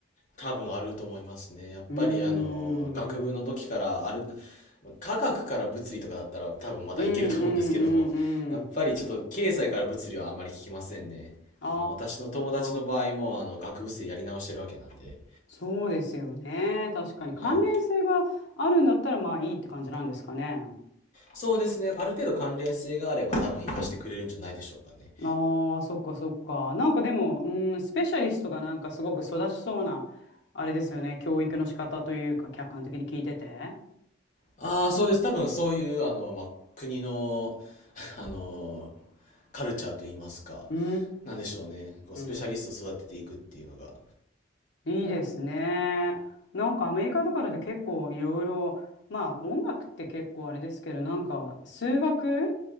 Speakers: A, on the left (about 40°); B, on the left (about 65°).
A: 多分あると思いますね。やっぱりあの、
B: うーん。
A: 学部の時からある、
B: うん
A: 科学から物理とかだったら多分まだいけると思うんですけども、
B: うんうんうん。
A: やっぱりちょっと経済から物理はあまり聞きませんね。
B: あ
A: あの、私の友達の場合もあの、
B: あ、
A: 学部生やり直してるわけなんで。
B: そうですよね。確かに関連性があるんだったら、
A: はい。
B: まあいいって感じなんですかね。
A: そうですね。ある程度関連性があれば多分活かしてくれるんじゃないでしょうかね。
B: ああ、そっかそっか。なんかでも、うん、スペシャリストがなんかすごく育ちそうな、あれですよね、教育の仕方というか、客観的に聞いてて。
A: ああ、そうです。多分そういうあの、まあ、国の、<laughs> あの、カルチャーといいますか、
B: うー
A: なんでしょうね。こう、スペシャリストを育てていくっていうのが。
B: ん、いいですね。なんかアメリカとかだと結構いろいろ、まあ音楽って結構あれですけど、なんか数学